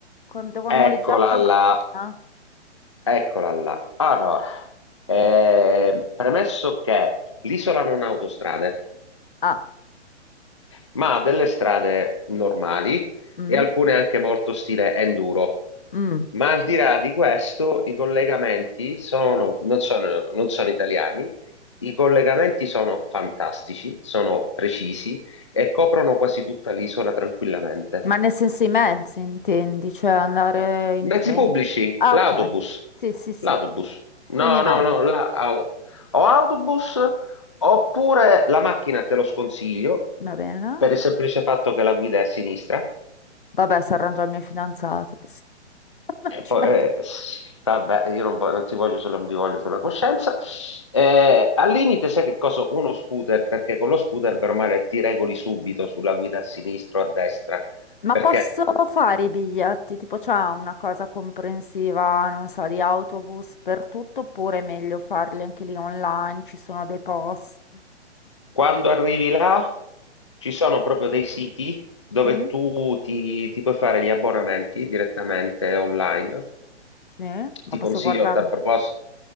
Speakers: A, on the left; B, on the left.
A: Con- Devo
B: Eccola
A: noleggiare una
B: là,
A: macchina?
B: eccola là. Allora, eh, premesso che l'isola non ha autostrade,
A: Ah,
B: ma ha delle strade normali
A: mm,
B: e alcune anche molto stile enduro.
A: mm.
B: Ma al di là di questo, i collegamenti sono- non sono, non sono italiani, i collegamenti sono fantastici, sono precisi e coprono quasi tutta l'isola tranquillamente.
A: Ma nel senso i mezzi intendi, cioè andare in
B: Mezzi
A: treno?
B: pubblici,
A: Ah,
B: l'autobus,
A: ok. Sì, sì, sì.
B: l'autobus,
A: Quindi
B: no,
A: no.
B: no, no, la- au- o autobus oppure la macchina te lo sconsiglio
A: Va bene.
B: per il semplice fatto che la guida è a sinistra
A: Vabbè, si arrangia il mio fidanzato. <laughs> Non
B: E
A: ci
B: poi,
A: metto-
B: eh, vabbè, io non, vo- non ti voglio solo, non vi voglio sulla coscienza. Eh, al limite, sai che cosa? Uno scooter, perché con lo scooter, bene o male, ti regoli subito sulla guida a sinistra o a destra,
A: Ma
B: perché
A: posso
B: eh,
A: fare i biglietti? Tipo, c'è una cosa comprensiva, non so, di autobus per tutto, oppure è meglio farli anche lì online? Ci sono dei posti.
B: quando arrivi là ci sono proprio dei siti dove
A: Mm?
B: tu ti, ti puoi fare gli abbonamenti direttamente online
A: Sì? Ma
B: Ti
A: posso
B: consiglio
A: guardarli?
B: a tal propos-